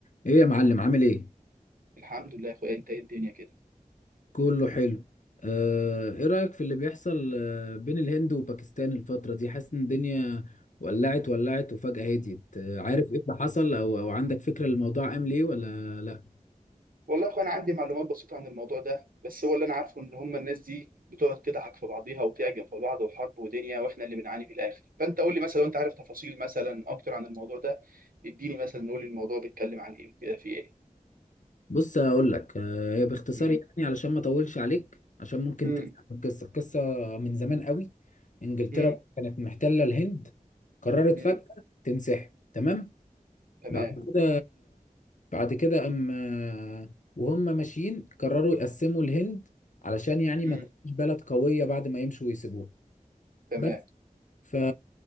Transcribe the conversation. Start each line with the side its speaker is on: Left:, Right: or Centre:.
Left: ايه يا معلم عامل ايه
Right: الحمد لله يا اخويا انت ايه الدنيا كده
Left: كله حلو آه ايه رأيك في اللي بيحصل آه بين الهند وباكستان الفترة دي حاسس ان الدنيا ولعت ولعت وفجأة هديت آه عارف ايه اللي حصل او او عندك فكرة الموضوع قام ليه ولا لا
Right: والله يا اخويا انا عندي معلومات بسيطه عن الموضوع ده بس هو اللي انا عارفه ان هم الناس دي بتقعد تضحك في بعضيها وتعجب في بعض وحرب ودنيا واحنا اللي بنعاني في الاخر فانت قول لي مثلا لو انت عارف تفاصيل مثلا اكتر عن الموضوع ده اديني مثلا قول لي الموضوع بيتكلم عن ايه كده في ايه
Left: بص اقول لك آه هي باختصار
Right: امم
Left: يعني علشان ما اطولش عليك عشان ممكن
Right: امم
Left: تسمع القصة القصة من زمان قوي انجلترا
Right: امم
Left: كانت محتلة الهند قررت
Right: امم
Left: فجأة تنسحب تمام
Right: تمام
Left: بعد كده بعد كده أما وهم ماشيين قرروا يقسموا الهند علشان يعني
Right: امم
Left: ما تبقاش بلد قوية بعد ما يمشوا ويسيبوها
Right: تمام
Left: بس ف...